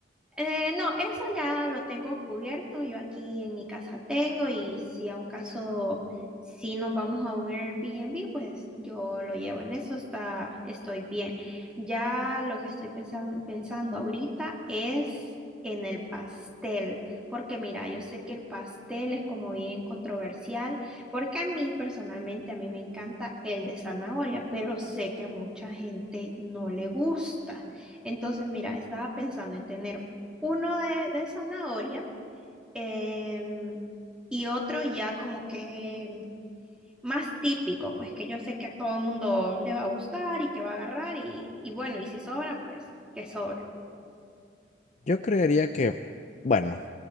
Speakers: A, in the centre; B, on the left (about 40°).
A: Eh, no, eso ya lo tengo cubierto. Yo aquí en mi casa tengo y si a un caso, si nos vamos a un Airbnb, pues yo lo llevo. En eso está, estoy bien. Ya lo que estoy pensan- pensando ahorita es en el pastel, porque mira, yo sé que el pastel es como bien controversial, porque a mí personalmente, a mí me encanta el de zanahoria, pero sé que a mucha gente no le gusta. Entonces, mira, estaba pensando en tener uno de, de zanahoria em, y otro ya como que más típico, pues que yo sé que a todo mundo le va a gustar y que va a agarrar y, y bueno, y si sobra, pues que sobra.
B: Yo creería que, bueno,